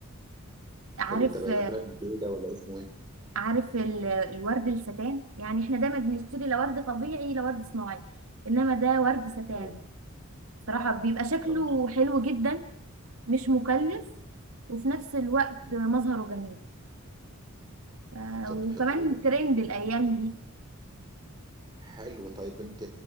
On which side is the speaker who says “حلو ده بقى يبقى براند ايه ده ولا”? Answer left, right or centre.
Right